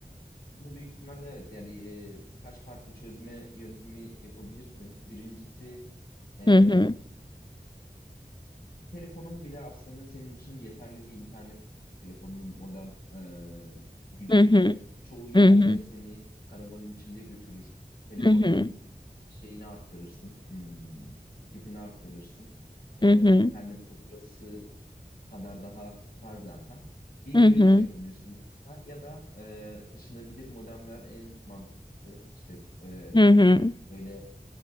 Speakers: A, on the left (about 65°); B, on the left (about 30°).
A: bunu büyük ihtimalle evet yani e, birkaç farklı çözme yöntemi yapabilirsin. Birincisi e,
B: Hı hı.
A: Telefonun bile aslında senin için yeterli bir internet telefonunun modem e, gücü
B: Hı hı.
A: bile çoğu yerde
B: Hı hı.
A: seni karavanın içinde götürür. Telefonunun
B: Hı hı.
A: şeyini arttırırsın, hmm, kitini arttırırsın. E,
B: Hı hı.
A: bir internet faturası kadar daha var zaten. Bir
B: Hı
A: öyle
B: hı.
A: bir şey yapabilirsin mutlaka. Ya da e, taşınabilir modemler en mantıklı. İşte e,
B: Hı hı.
A: böyle